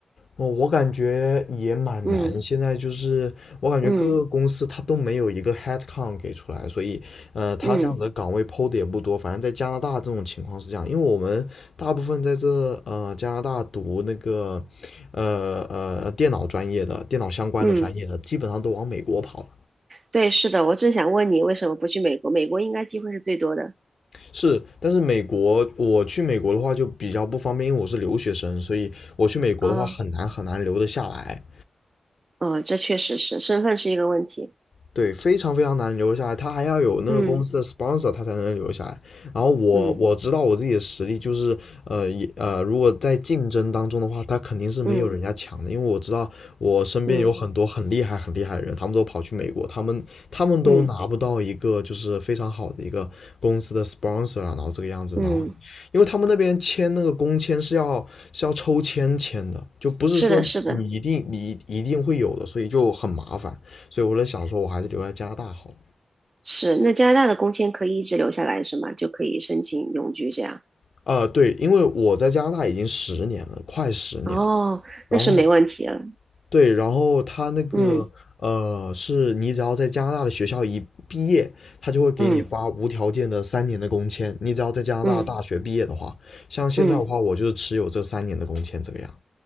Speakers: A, on the left; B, on the right.
A: 我我感觉也蛮难，
B: 嗯
A: 现在就是我感觉各个公司它都没有一个
B: 嗯
A: headcount 给出来，所以呃，它这样子的岗位抛的也不多。
B: 嗯
A: 反正在加拿大这种情况是这样，因为我们大部分在这呃加拿大读那个呃呃电脑专业的、电脑相关的专业的，
B: 嗯。
A: 基本上都往美国跑了。
B: 对，是的，我正想问你为什么不去美国？美国应该机会是最多的。
A: 是，但是美国我去美国的话就比较不方便，因为我是留学生，所以我去美国的话很难很难留得下来。
B: 哦，哦，这确实是，身份是一个问题。
A: 对，非常非常难留下来，他还要有那个公司的
B: 嗯
A: sponsor，他才能留下来。然后我我知道我自己的实力，
B: 嗯
A: 就是呃也呃，如果在竞争当中的话，他肯定是没有人家强的，
B: 嗯
A: 因为我知道我身边有很多很厉害很厉害的人，
B: 嗯
A: 他们都跑去美国，他们他们都拿不到一个就是非常好的一个公司的
B: 嗯
A: sponsor 啊，然后这个样子，
B: 嗯，
A: 然后因为他们那边签那个工签是要是要抽签签的，就不是说你一定你一定会有的，
B: 是的，是的，
A: 所以就很麻烦。所以我在想说，我还是留在加拿大好
B: 是。那加拿大的工签可以一直留下来是吗？就可以申请永居这样？
A: 啊、呃对，因为我在加拿大已经十年了，快十年了。
B: 哦，
A: 然后
B: 那是没问题了。
A: 对，然后他那个呃，
B: 嗯
A: 是你只要在加拿大的学校一毕业，他就会给你发无条件的三年的工签。
B: 嗯
A: 你只要在加拿大大学毕业的话，
B: 嗯
A: 像现在的话，
B: 嗯
A: 我就是持有这三年的工签这个样。